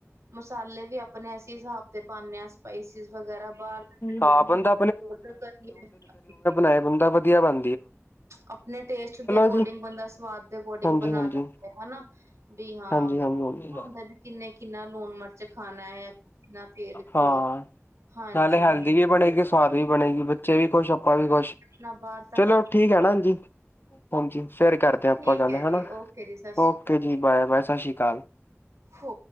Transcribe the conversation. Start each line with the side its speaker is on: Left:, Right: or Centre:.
Right: ਮਸਾਲੇ ਵੀ ਆਪਣੇ ਅਸੀਂ ਹਿਸਾਬ ਦੇ ਪਾਨੇ ਆ। ਸਪਾਈਸਿਸ ਵਗੈਰਾ ਬਾਹਰ
Left: ਹਾਂ
Right: ਲੋਕ
Left: ਬੰਦਾ
Right: ਔਡਰ ਕਰੀਏ <unintelligible>
Left: ਹੈ ਬੰਦਾ ਵਧੀਆ ਬੰ
Right: ਆਪਣੇ ਟੇਸਟ ਦੇ ਅਕੋਰਡਿੰਗ
Left: ਜੀ
Right: ਬੰਦਾ ਸਵਾਦ ਦੇ ਅਕੋਰਡਿੰਗ
Left: ਹਾਂਜੀ
Right: ਬਣਾ
Left: ਹਾਂਜੀ
Right: ਲੈਂਦਾ। ਹਨਾ, ਬੀ ਹਾਂ,
Left: ਹਾਂਜੀ ਹਾਂਜੀ
Right: ਹੁੰਦਾ ਵੀ ਕਿੰਨੇ ਕਿੰਨਾ ਲੂਣ ਮਿਰ- ਚ ਖਾਣਾ ਏ ਕਿੰਨਾ ਤੇਲ
Left: ਹਾਂ
Right: ਘਿਓ, ਹਾਂਜੀ-ਹਾਂਜੀ।
Left: ਨਾਲੇ ਹੈਲਦੀ ਵੀ ਬਣੇਗੀ ਸਵਾਦ ਵੀ ਬਣੇਗੀ ਬੱਚੇ ਵੀ ਖੁਸ਼ ਆਪਾਂ ਵੀ ਖੁਸ਼,
Right: ਨਾ ਬਾਹਰ ਦਾ
Left: ਚਲੋ
Right: ਘੱਟ
Left: ਠੀਕ
Right: ਕਰੋ
Left: ਹੈ ਨਾ ਹਾਂਜੀ। ਹਾਂਜੀ ਫਿਰ ਕਰਦੇ ਆ ਆਪਾਂ
Right: ਠੀਕ
Left: ਗੱਲ
Right: ਹੈ ਜੀ
Left: ਹੈਨਾ,
Right: ਓਕੇ ਜੀ ਸਤਿ ਸ਼੍ਰੀ
Left: ਓਕੇ
Right: ਅਕਾਲ
Left: ਜੀ ਬਾਏ-ਬਾਏ ਸਸ਼ੀ ਕਾਲ।
Right: ਹੋ